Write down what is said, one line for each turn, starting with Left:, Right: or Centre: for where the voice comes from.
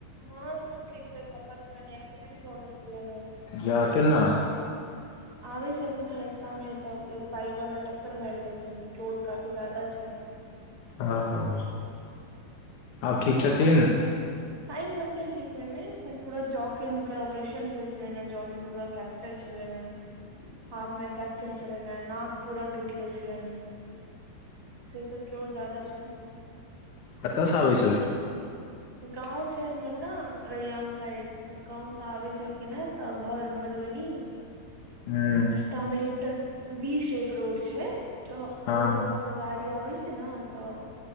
Right: हँ सब ठीक छै पप्पा के कनि एक्सीडेंट भऽ गेल छेलैन है।
Left: जा केन्ना?
Right: आबै छेलखिन है रस्ता मे, तऽ एगो बाइक वाला टक्कर मारि देलकैन, त चोट काफी जादा छैन।
Left: ह- ह आब ठीक
Right: ह
Left: छथिन?
Right: टाइम लगतैन ठीक होय मे, एखन पूरा जौ के हुनकर ऑपरेशन भेल छेलनि है, जौ में पूरा फ्र <unintelligible> छेलैन है <unintelligible> चल छेलनि हे, नाक पूरा टूटि गेल छेलनि हे, से सब चोट ज्यादा छैन।
Left: कतऽसँ आबै छेल
Right: गाँव छै, हमर न रैयाम साइड गाँव से आबै छलखिन है तऽ घर मधुबनी
Left: हुँ।
Right: तऽमे एकटा वी शेप रोड छै, तऽ
Left: हँ
Right: ओइ तरफ गाड़ी आबै छै न, तऽ